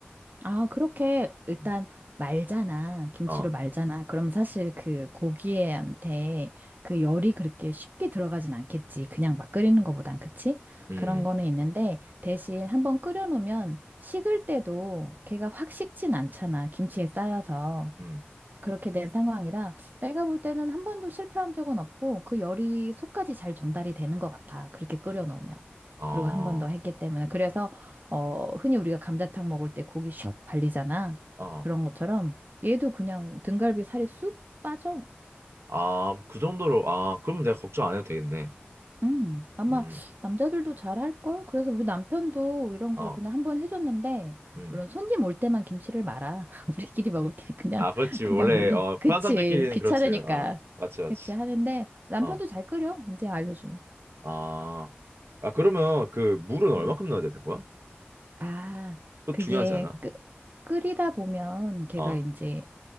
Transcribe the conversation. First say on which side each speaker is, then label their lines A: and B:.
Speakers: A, on the right (about 45°); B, on the right (about 75°).
A: 아, 그렇게 일단
B: 음.
A: 말잖아. 김치로
B: 어.
A: 말잖아. 그럼 사실 그 고기한테 그 열이 그렇게 쉽게 들어가진 않겠지. 그냥 막 끓이는 거보단. 그치?
B: 음,
A: 그런 거는 있는데 대신 한번 끓여놓으면 식을 때도 걔가 확 식진 않잖아. 김치에 쌓여서.
B: 음.
A: 그렇게 된 상황이라 내가 볼 때는 한 번도 실패한 적은 없고 그 열이 속까지 잘 전달이 되는 것 같아. 그렇게 끓여 놓으면.
B: 아,
A: 그리고 한 번 더 했기 때문에. 그래서 어 흔히 우리가 감자탕 먹을 때 고기 슉 발리잖아.
B: 아,
A: 그런 것처럼 얘도 그냥 등갈비 살이 쑥 빠져.
B: 아, 그 정도로, 아, 그럼 내가 걱정 안 해도 되겠네.
A: 음, 아마
B: 음,
A: 남자들도 잘 할걸? 그래서 우리 남편도 이런
B: 어,
A: 거 그냥 한번 해줬는데,
B: 음,
A: 물론 손님 올 때만 김치를 말아. <laughs> 우리끼리 먹을
B: 음.
A: 때 그냥,
B: 아, 그렇지.
A: 그냥
B: 원래,
A: 몰래.
B: 어,
A: 그치,
B: 편한 사람들끼리는
A: 귀찮으니까.
B: 그렇지. 아, 맞지, 맞지.
A: 그치, 하는데, 남편도
B: 어,
A: 잘 끓여, 이제 알려주면.
B: 아, 아, 그러면 그 물은 얼마큼
A: 음.
B: 넣어야 되는 거야?
A: 아,
B: 그거
A: 그게
B: 중요하지 않아?
A: 끓, 끓이다 보면 걔가
B: 어,
A: 이제